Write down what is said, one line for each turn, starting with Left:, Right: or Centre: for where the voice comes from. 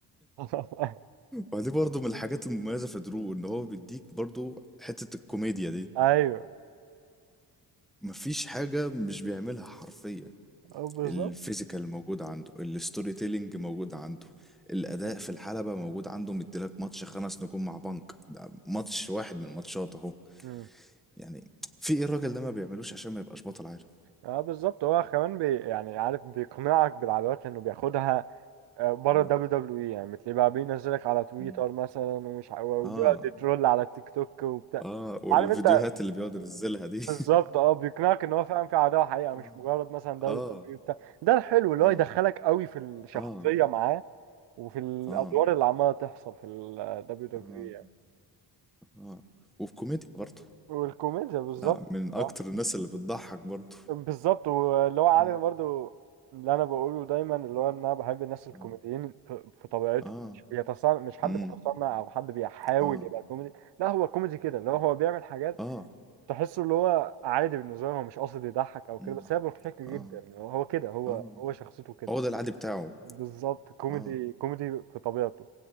Right: <laughs>
Centre: ودي برضو من الحاجات المميزة في درو ان هو بيديك برضو حتة الكوميديا دي
Right: ايوه
Centre: مفيش حاجة مش بيعملها حرفيا
Right: أه بالظبط
Centre: الفيزيكال موجود عنده الستوري تيلينج موجود عنده الأداء في الحلبة موجود عنده مديلك ماتش خمس نجوم مع بنك ده ماتش واحد من الماتشات اهو
Right: مم.
Centre: يعني في ايه الراجل ده ما بيعملوش عشان ما يبقاش بطل عالم
Right: اه بالظبط هو كمان بي يعني عارف بيقنعك بالعادات لانه بياخدها آه، بره
Centre: اه
Right: الدبليو دبليو اي يعني بتلاقيه بقى بينزلك على تويتر
Centre: مم.
Right: مثلا ومش ع- وبيقعد
Centre: آه.
Right: يترول على التيك توك وبتاع
Centre: اه والفيديوهات
Right: عارف انت
Centre: اللي بيقعد ينزلها دي
Right: بالظبط اه بيقنعك ان هو فعلا في عداوه حقيقه
Centre: <laughs>
Right: مش مجرد مثلا دوري
Centre: اه
Right: دبليو بتاع ده الحلو اللي
Centre: اه
Right: هو يدخلك قوي في الشخصيه
Centre: اه
Right: معاه وفي الادوار
Centre: اه اه
Right: اللي عماله تحصل في الدبليو دبليو
Centre: اه
Right: يعني
Centre: اه وفي كوميديا برضه
Right: والكوميديا بالظبط
Centre: لا من اكتر
Right: صح
Centre: الناس اللي بتضحك برضه
Right: بالظبط واللي هو عارف
Centre: اه
Right: برضو اللي انا بقوله دايما اللي هو ان انا بحب الناس الكوميديين
Centre: اه
Right: في في طبيعتهم
Centre: اه
Right: مش بيتصنع مش حد
Centre: امم
Right: متصنع او حد بيحاول
Centre: اه
Right: يبقى كوميدي لا هو كوميدي كده اللي هو هو بيعمل حاجات
Centre: اه اه
Right: تحسه اللي هو عادي بالنسبه له هو مش قاصد يضحك او كده
Centre: امم
Right: بس هي مضحكه جدا
Centre: اه
Right: هو هو كده هو
Centre: اه
Right: هو شخصيته كده
Centre: هو ده العادي بتاعه
Right: بالظبط كوميدي
Centre: اه
Right: كوميدي في طبيعته